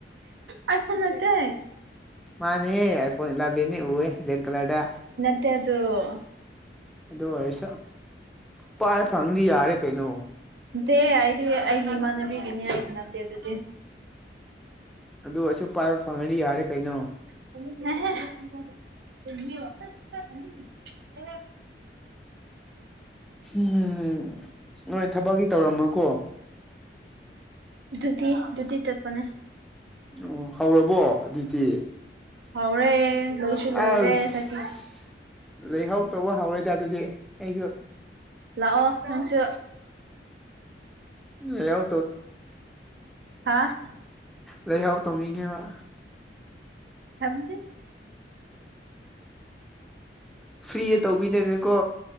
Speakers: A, on the right; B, in the centre.
A: ꯑꯦ ꯑꯥꯢ ꯐꯣꯜ ꯅꯠꯇꯦ
B: ꯃꯥꯅꯦ ꯍꯦ ꯑꯥꯢ ꯐꯣꯟ ꯢꯂꯤꯕꯦꯗ ꯎꯨꯢꯍꯦ ꯕꯔꯦꯛ ꯀꯥꯂꯔꯗ
A: ꯃ ꯑꯗꯨ <inaudible>
B: ꯑꯗꯣ ꯑꯩꯁ ꯄꯥꯏ ꯐꯪꯗꯤ ꯌꯥꯔꯦ ꯀꯩꯅꯣ
A: ꯅꯠꯇꯦ ꯑꯩꯗꯤ ꯑꯩꯒꯤ ꯏꯃꯥꯟꯅꯕꯤꯒꯤꯅꯤ ꯍꯥꯏꯗꯤ ꯅꯠꯇꯦ ꯑꯗꯨꯗꯤ
B: ꯑꯗꯨ ꯑꯩꯁꯨ ꯄꯥꯏꯕ ꯐꯪꯉꯅꯤ ꯌꯥꯔꯦ ꯀꯩꯅꯣ
A: <inaudible>
B: ꯎꯝ ꯅꯣꯏ ꯊꯕꯛꯀꯤ ꯇꯧꯔꯝꯃꯣꯢꯀꯣ
A: ꯑꯗꯨꯗꯤ ꯑꯗꯨꯒꯤ ꯇꯠꯄꯅꯦ
B: ꯎꯝ ꯍꯧꯔꯕꯣ ꯑꯗꯨꯗꯤ
A: ꯍꯧꯔꯦ ꯂꯣꯏꯁꯨ ꯂꯣꯏꯔꯦ
B: ꯑꯁ
A: ꯆꯠꯀꯦ
B: ꯂꯩꯍꯧ ꯇꯧꯕ ꯍꯧꯔꯦꯗꯦ ꯑꯗꯨꯗꯤ ꯑꯩꯁꯨ
A: ꯂꯥꯛꯑꯣ ꯅꯪꯁꯨ
B: ꯂꯩꯍꯧ
A: ꯍꯥꯥ
B: ꯂꯩꯍꯥꯎ ꯇꯧꯅꯤꯡꯉꯦꯕ
A: ꯊꯖ
B: ꯐ꯭ꯔꯤꯗ ꯇꯧꯕꯤꯗꯣꯏ ꯅꯦꯀꯣ